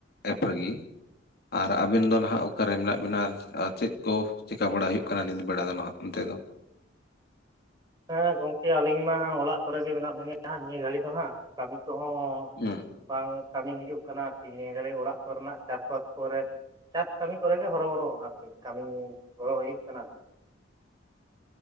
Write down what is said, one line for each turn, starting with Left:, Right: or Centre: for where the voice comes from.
Left: ᱮᱯᱥ ᱨᱮᱜᱤ ᱾ ᱟᱨ ᱟᱵᱮᱱ ᱫᱚ ᱱᱟᱦᱟᱜ ᱚᱠᱟ ᱨᱮ ᱢᱮᱱᱟᱜ ᱵᱤᱱᱟ ᱪᱮᱫ ᱠᱚ ᱪᱤᱠᱟ ᱵᱟᱲᱟ ᱦᱩᱭᱩᱜ ᱠᱟᱱᱟ ᱱᱤᱛ ᱵᱮᱲᱟ ᱫᱚ ᱱᱟᱦᱟᱜ ᱚᱱᱛᱮ ᱫᱚ?
Right: ᱦᱮᱸ ᱜᱚᱝᱠᱮ ᱟᱹᱞᱤᱧ ᱢᱟ ᱚᱲᱟᱜ ᱠᱚᱨᱮ ᱜᱮ ᱢᱮᱱᱟᱜ ᱞᱤᱧᱟᱹ ᱦᱟᱜ ᱱᱤᱭᱟᱹ ᱜᱷᱟᱹᱲᱤ ᱫᱚ ᱦᱟᱸᱜ ᱠᱟᱹᱢᱤ ᱠᱚᱦᱚᱸ
Left: ᱦᱩᱸ ᱾
Right: ᱵᱟᱝ ᱠᱟᱹᱢᱤ ᱦᱩᱭᱩᱜ ᱠᱟᱱᱟ ᱟᱨᱠᱤ ᱱᱤᱭᱟᱹ ᱜᱷᱟᱹᱲᱤ ᱚᱲᱟᱜ ᱠᱚᱨᱮᱱᱟᱜ ᱪᱟᱥᱵᱟᱥ ᱠᱚᱨᱮ ᱪᱟᱥ ᱠᱟᱹᱢᱤ ᱠᱚᱨᱮ ᱜᱮ ᱦᱚᱨᱚ-ᱵᱚᱨᱚ ᱟᱨᱠᱤ ᱠᱟᱹᱢᱤ ᱜᱚᱲᱚ ᱦᱩᱭᱩᱜ ᱠᱟᱱᱟ ᱾